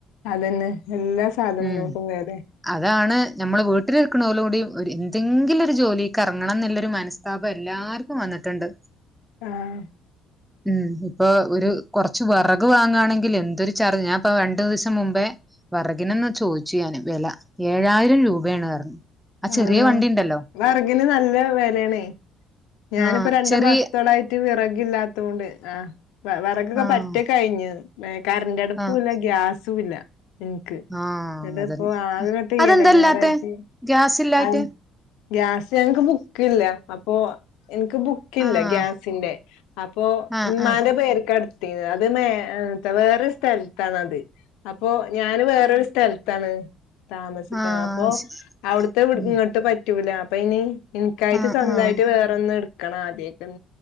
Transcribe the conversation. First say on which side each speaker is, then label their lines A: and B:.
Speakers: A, on the left (about 85°); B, in the centre.
A: അതന്നെ എല്ലാ സാധനം
B: ഉം
A: നോക്കുവേത
B: അതാണ് നമ്മള് വീട്ടിലിരിക്കണോലും കൂടി എന്തെങ്കിലും ഒരു ജോലിക്ക് ഇറങ്ങണം ന്നുള്ളൊരു മനസ്താപം എല്ലാർക്കും വന്നിട്ടുണ്ട്
A: ആഹ്
B: ഉം ഇപ്പൊ ഒരു കുറച്ച് വിറക് വാങ്ങാണെങ്കിൽ എന്തൊരു ചാർജ് ഞാൻപ്പ രണ്ടി മുമ്പേ വറകിനന്ന് ചോദിച്ചു ഞാന് വില ഏഴായിരം രൂപയാണ് പറഞ്ഞു
A: ആ
B: ചെറിയ വണ്ടി ഉണ്ടല്ലോ
A: വറഗിന് നല്ല വലയാണ് ഞാനിപ്പോ
B: ആഹ്
A: രണ്ടു
B: ചെറിയ
A: മാസത്തോളായിറ്റ് വിറകില്ലാത്തൊണ്ട് അ വിറക്കൊക്കെ
B: ആഹ്
A: പറ്റക്കെ കഴിഞ്ഞഞ് <inaudible> കറണ്ട്റ്ടുപ്പുല്ല
B: ആഹ്
A: ഗ്യാസ് സഇല്ല ഇക്ക്
B: ആഹ്
A: എന്നിട്ട്
B: അതന്നെ
A: ഇപ്പൊ ആകട്ടെ
B: അതെന്തല്ലാത്തെ
A: ഇടങ്ങറായിട്ട്
B: ഗ്യാസില്ലായിട്ട്
A: അ ഗ്യാസ് ഞങ്ങക്ക് ബുക്കില്ല അപ്പൊ എനിക്ക് ബുക്കില്ല
B: ആഹ്
A: ഗ്യാസിന്റെ അപ്പൊ
B: ആഹ്
A: ഇമ്മാന്റെ
B: ആഹ്
A: പേർക്കഎടുത്ത ത് അത് വേറെ സ്ഥലത്തണത് അപ്പോഞാന് വേറൊരു സ്ഥലം താണ് താമസിക്കണം
B: ആഹ് ആഹ്
A: അപ്പൊ
B: ശരി
A: അവിടുത്തെ
B: ഉം
A: ഇങ്ങോട്ട് പറ്റ റ്റൂല അപ്പനി എനിക്കായിട്ട്
B: ആഹ്
A: സ്വന്തമായിട്ട്
B: ആഹ്
A: വേറെ ഒന്ന് എടുക്കണം ആദം